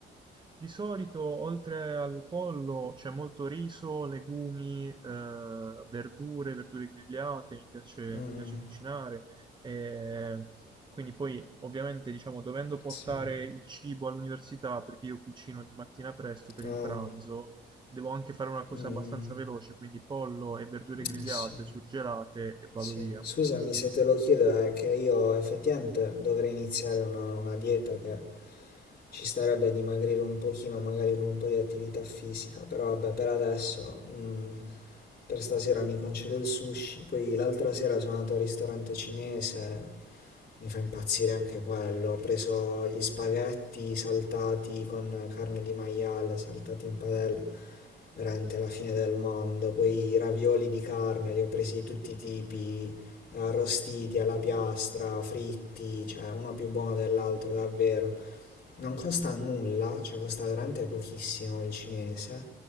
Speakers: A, on the right; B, on the left.
A: Di solito, oltre al pollo, c'è molto riso, legumi, eh, verdure, verdure grigliate, mi piace,
B: Mm,
A: mi piace cucinare. E quindi poi, ovviamente, diciamo, dovendo portare
B: sì.
A: il cibo all'università, perché io cucino di mattina presto per
B: Ah,
A: il pranzo, devo anche fare una cosa
B: mm,
A: abbastanza veloce, quindi pollo e verdure
B: mm,
A: grigliate,
B: sì,
A: surgelate e vado
B: sì.
A: via.
B: Scusami se te lo chiedo, è che io effettivamente dovrei iniziare una, una dieta che ci starebbe dimagrire un pochino, magari con un po' di attività fisica, però vabbè, per adesso, mm, per stasera mi concedo il sushi, poi l'altra sera sono andato al ristorante cinese, Mi fa impazzire anche quello. Ho preso gli spaghetti saltati con carne di maiale, saltati in padella, veramente la fine del mondo. Poi i ravioli di carne, li ho presi di tutti i tipi, arrostiti alla piastra, fritti, cioè uno più buono dell'altro, davvero. Non costa nulla, cioè costa veramente pochissimo il cinese.